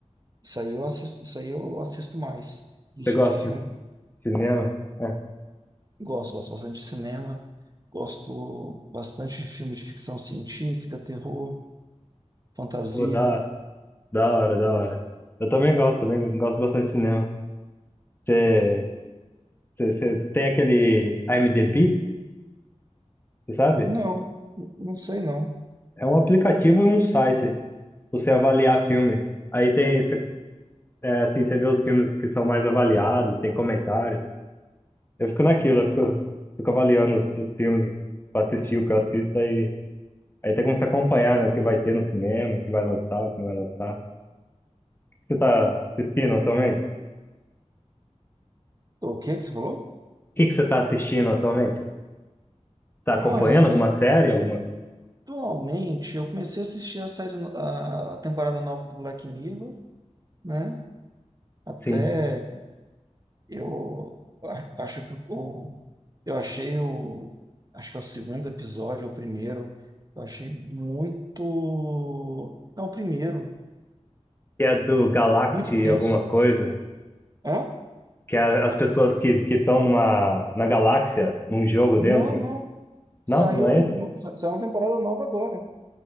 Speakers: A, on the right; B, on the left.
A: isso aí eu assisto, isso aí eu assisto mais. Lista
B: Você gosta
A: de filme.
B: de assis- cinema? É.
A: Gosto, gosto bastante de cinema. Gosto bastante de filme de ficção científica, terror, fantasia.
B: Pô, da, da hora, da hora. Eu também gosto, também gosto bastante de cinema. Você, você, você tem aquele IMDb, você sabe?
A: Não, não sei não.
B: É um aplicativo e um site pra você avaliar filme. Aí tem, você, é, assim, você vê os filmes que são mais avaliados, tem comentários. Eu fico naquilo, eu fico, fico avaliando os, os filmes pra assistir o que eu assisto e aí tem como se acompanhar, né, o que vai ter no cinema, o que vai lançar, o que não vai lançar. Você tá assistindo atualmente? O
A: O que que você falou?
B: que que você tá assistindo atualmente? Você tá acompanhando
A: Olha,
B: alguma série, alguma,
A: atualmente eu comecei a assistir a série, no- a a temporada nova do Black Mirror, né? Até
B: sim,
A: eu a- acho que o, eu achei o, acho que é o segundo episódio, ou o primeiro, eu achei muito, não, o primeiro,
B: que é do Galaxy
A: muito tenso.
B: alguma coisa,
A: Hã?
B: que é as pessoas que que estão numa na galáxia, num jogo
A: Não,
B: dentro.
A: não, saiu,
B: Não, não é
A: um-
B: esse?
A: saiu uma temporada nova agora,